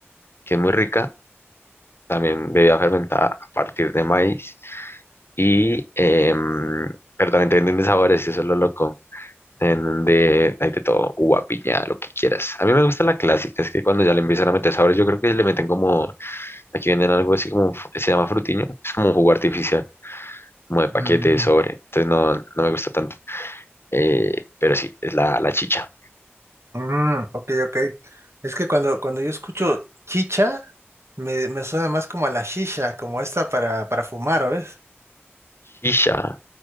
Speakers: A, on the left; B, on the right.
A: que es muy rica, también bebida fermentada a partir de maíz. Y, em, pero también te venden de sabores, eso es lo loco. en donde hay de todo, uva, piña, lo que quieras. A mí me gusta la clásica, es que cuando ya le empiezan a meter sabores, yo creo que le meten como, aquí venden algo así como, f- se llama frutiño, es como un jugo artificial, como de paquete,
B: Mm,
A: de sobre, entonces no, no me gusta tanto. Eh, pero sí, es la, la chicha.
B: mm, ok, ok. Es que cuando, cuando yo escucho chicha, me, me suena más como a la shisha, como esta para, para fumar, ¿o es?
A: Shisha,